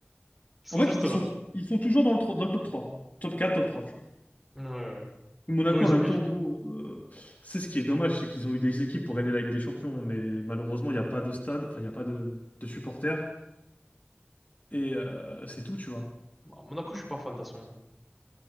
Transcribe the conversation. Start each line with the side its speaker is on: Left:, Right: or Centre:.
Centre: Ils sont
Left: En fait,
Centre: juste
Left: ils
Centre: là.
Left: sont, ils sont toujours dans le, tro- dans le top 3, Top 4, top trois. tu vois.
Centre: Ouais, ouais.
Left: Monaco,
Centre: Mais on les
Left: en
Centre: oublie.
Left: même temps, en gros, euh, c'est ce qui est dommage, c'est qu'ils ont eu des équipes pour gagner la Ligue des Champions, mais malheureusement, il n'y a pas de stade, enfin, il n'y a pas de, de supporters, et euh, c'est tout, tu vois.
Centre: Bah, Monaco, je suis pas fan de toute façon.